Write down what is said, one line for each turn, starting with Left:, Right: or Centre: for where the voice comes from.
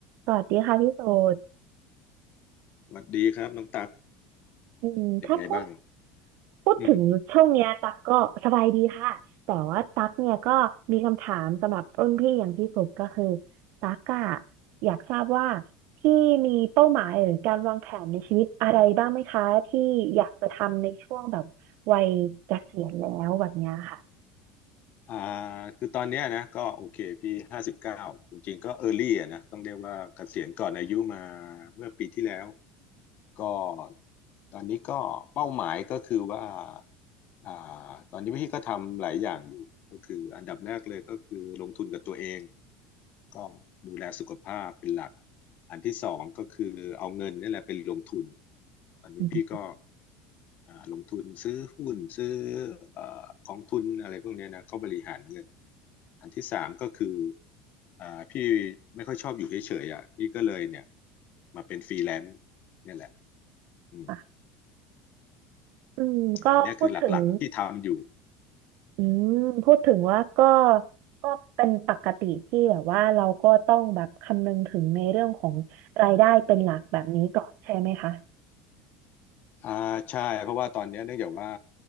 Right: สวัสดีค่ะพี่โสด
Left: สวัสดีครับน้องตัก
Right: อืมถ้าพูด
Left: เป็นไงบ้าง
Right: พูดถึงช่วงเนี้ยตักก็สบายดีค่ะ
Left: อืม
Right: แต่ว่าตักเนี่ยก็มีคำถามสำหรับรุ่นพี่อย่างพี่สุดก็คือตักอะอยากทราบว่าที่มีเป้าหมายหรือการวางแผนในชีวิตอะไรบ้างไหมคะที่อยากจะทำในช่วงแบบวัยเกษียณแล้วแบบเนี้ยค่ะ
Left: อ่าคือตอนเนี้ยนะก็โอเคพี่ห้าสิบเก้าจริงๆก็เออร์ลี่อะนะต้องเรียกว่าเกษียณก่อนอายุมาเมื่อปีที่แล้วก็ตอนนี้ก็เป้าหมายก็คือว่า อ่าตอนนี้พี่ก็ทำหลายอย่างอยู่ก็คืออันดับแรกเลยก็คือลงทุนกับตัวเองก็ดูแลสุขภาพเป็นหลักอันที่สองก็คือเอาเงินนี่แหละเป็นลงทุนตอนนี้พี่ก็
Right: อืม
Left: อ่าลงทุนซื้อหุ้นซื้อเอ่อกองทุนอะไรพวกเนี้ยนะเขาบริหารเงินอันที่สามก็คืออ่าพี่ไม่ค่อยชอบอยู่เฉยๆอ่ะพี่ก็เลยเนี่ยมาเป็นฟรีแลนซ์เนี่ยแหละอืม
Right: ค่ะอืมก็พูดถึง
Left: อันเนี้ยคือหลักๆที่ทำอยู่
Right: อืมพูดถึงว่าก็ก็เป็นปกติที่แบบว่าเราก็ต้องแบบคำนึงถึงในเรื่องของรายได้เป็นหลักแบบนี้ก่อนใช่ไหมคะ
Left: อ่าใช่เพราะว่าตอนเนี้ยเนื่องจากว่า